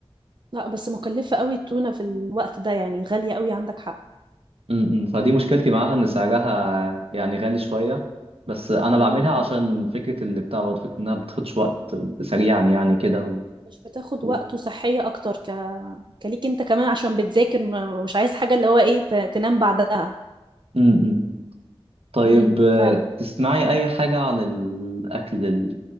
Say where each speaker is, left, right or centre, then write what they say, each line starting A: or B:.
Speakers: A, on the right (about 50°); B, on the right (about 80°).
A: لا بس مكلفة قوي التونة في الوقت ده يعني غالية قوي عندك حق
B: م- م. فدي مشكلتي معاها ان سعرها يعني غالي شويه بس انا بعملها
A: امم
B: عشان فكره اللي بتاع برضه فكره انها بتاخدش وقت سريعا يعني كده و...
A: مش بتاخد
B: و...
A: وقت وصحية أكتر ك... كليك أنت كمان عشان بتذاكر م- مش عايز حاجة اللي هو إيه ت... تنام بعدها
B: م- م. طيب
A: امم
B: آه،
A: فعلا
B: تسمعي اي حاجه عن الاكل